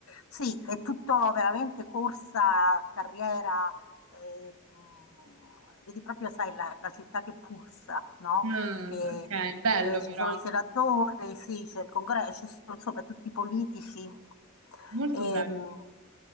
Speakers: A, on the left; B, on the right.
A: Sì, è tutto veramente corsa, carriera, eh, mh, vedi proprio, sai, la, la città che pulsa, no?
B: Mm,
A: Perché
B: ok, bello
A: eh, ci
B: però.
A: sono i senatori, sì, c'è il congresso, ci sono insomma tutti i politici.
B: Molto
A: E,
B: bene.
A: mh,